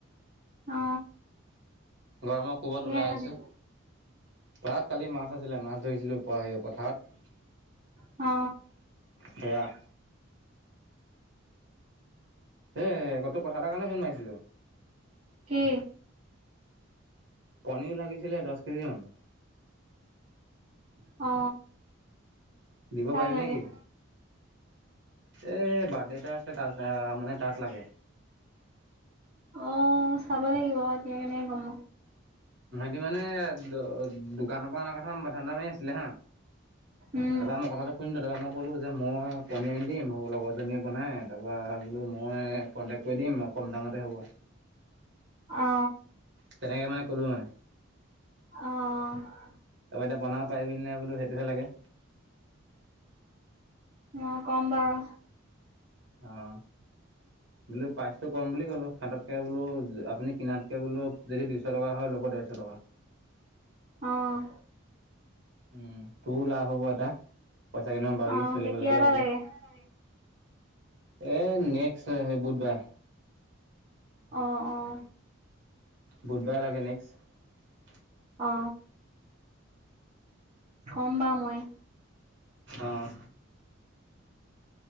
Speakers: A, on the right (about 30°); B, on the right (about 60°).
A: অ
B: গৰমত ক'বাত
A: কিহে
B: ওলাই
A: খালি
B: আহিছো। পৰাত কালি মাছ আছিলে মাছ ধৰিছিলো পথাৰত।
A: অ
B: থেৰা। হেই তোৰ কথা এাৰ কাৰণে ফোন মাৰিছিলো।
A: কি।
B: পনীৰ লাগিছিলে দহ কেজি মান।
A: অ
B: দিব
A: কাক
B: পাৰিবি
A: লাগে
B: নেকি এই বাৰ্থডে এটা আছে আহ মানে তাত লাগে
A: অ চাব লাগিব এতিয়া কেনেকে কম।
B: তি মানে দোকানৰ পৰা অাৰ কথা ধান্দা মাৰি আছিলে হা।
A: উম
B: তাৰপৰা মই কথাটো শুনো তাৰপৰা মই কলো যে মই পনিয়াৰ দিম ভ লগৰ জনীয়ে বনাই তাৰপৰা বোলো। মই কন্টেক কৰি দিম আৰু কম দামতে হ'ব।
A: অ
B: তেনেকে মানে কলো মানে
A: অঁ।
B: তই এতিয়া বনাব পাৰিবি নে বোলো সেইটোহে লাগে।
A: অ কম বাৰু।
B: আহ। বোলো প্ৰাইচটো কম বুলি ক'লো হতকে বোলো আপুনি কিনাতকে বোলো যদি দুইশ টকা। হয় ল'ব দেৰশ টকা।
A: আহ।
B: উম তোৰও লাভ হব এটা পইচা কেইদমান পাবি
A: অ
B: চলিবলকীয়া
A: কেতিয়ালে
B: হ'ব।
A: লাগে
B: এ নেক্সট স বুধবাৰ।
A: অ অ।
B: বুধবাৰে লাগে নেক্সট।
A: অ কম বা মই।
B: অঁ